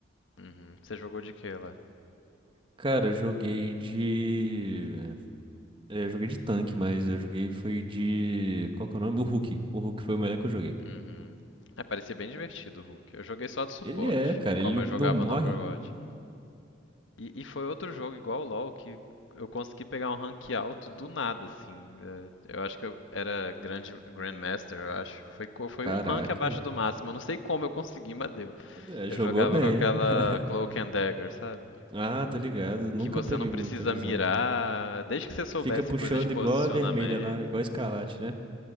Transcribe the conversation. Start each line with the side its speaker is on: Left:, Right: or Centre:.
Left: Uhum. Você jogou de quê lá?
Right: Cara, eu joguei de. é, Eu joguei de tanque, mas eu joguei foi de. Qual que é o nome? O Hulk. O Hulk foi o melhor que eu joguei.
Left: Uhum. É, parecia bem divertido o Hulk. Eu joguei só de suporte,
Right: Ele é, cara,
Left: como
Right: ele não,
Left: eu jogava
Right: não morre.
Left: no Overwatch. E, e foi outro jogo igual o LoL que eu consegui pegar um rank alto do nada, assim. É, Eu acho que eu era grande Grandmaster, eu acho. Foi, co- foi
Right: Caraca.
Left: um rank abaixo do máximo. Eu não sei como eu consegui, mas deu.
Right: É,
Left: Eu
Right: jogou
Left: jogava
Right: bem.
Left: com aquela
Right: <laughs>
Left: Cloak and Dagger, sabe?
Right: Ah, tô ligado. Nunca
Left: Que você
Right: peguei
Left: não precisa
Right: muita visão.
Left: mirar, desde que você soubesse
Right: Fica puxando
Left: coisa de posicionamento.
Right: igual a vermelha lá, igual a escarlate, né?